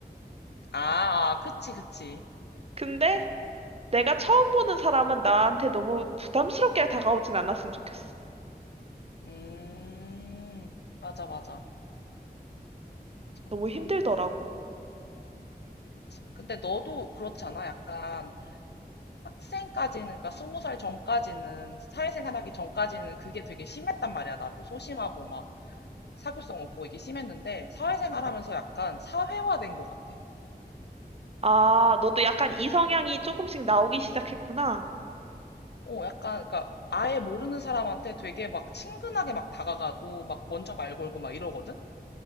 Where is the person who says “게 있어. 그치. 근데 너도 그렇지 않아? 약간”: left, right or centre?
Left